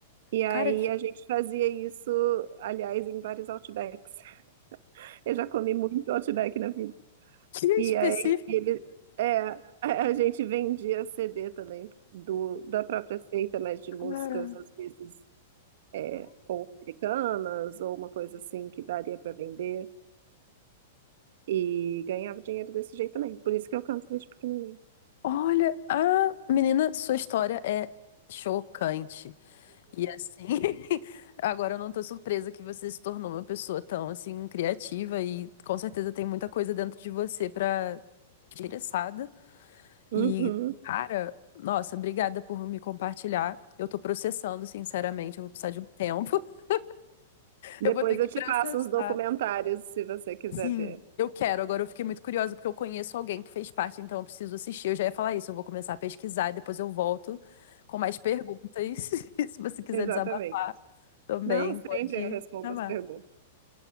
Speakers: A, on the right; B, on the left.
A: E aí
B: Cara, que,
A: a gente fazia isso, aliás, em vários Outbacks. <laughs> Eu já comi muito Outback na vida.
B: <laughs> que
A: E
B: específico,
A: aí ele, é, a a gente vendia CD também do, da própria seita, mas de músicas,
B: cara.
A: às vezes, é, ou americanas, ou uma coisa assim que daria para vender. E ganhava dinheiro desse jeito também. Por isso que eu canto desde pequenininha.
B: Olha, ah, menina, sua história é chocante. E assim, <laughs> agora eu não tô surpresa que você se tornou uma pessoa tão assim criativa e com certeza tem muita coisa dentro de você pra interessada.
A: Uhum.
B: E cara, nossa, obrigada por me compartilhar. Eu tô processando, sinceramente, eu vou precisar de um tempo. <laughs>
A: Depois
B: Eu vou ter que
A: eu te
B: processar.
A: passo os documentários, se você quiser
B: Sim,
A: ver.
B: eu quero. Agora eu fiquei muito curiosa porque eu conheço alguém que fez parte, então eu preciso assistir. Eu já ia falar isso, eu vou começar a pesquisar e depois eu volto com mais perguntas. <laughs> Se você quiser
A: Exatamente.
B: desabafar também,
A: Não, sempre
B: pode
A: eu respondo
B: chamar.
A: as perguntas.